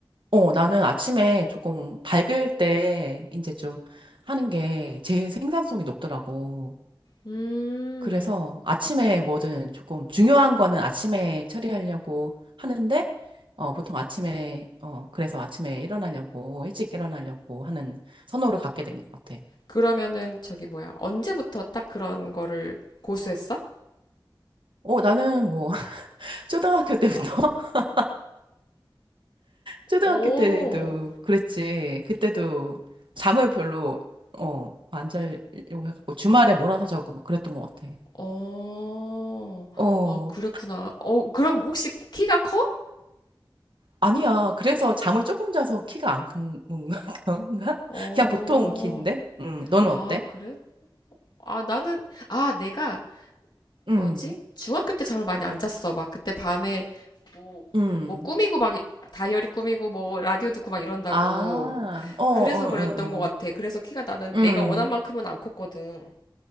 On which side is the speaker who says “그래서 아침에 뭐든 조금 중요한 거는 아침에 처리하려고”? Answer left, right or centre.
Right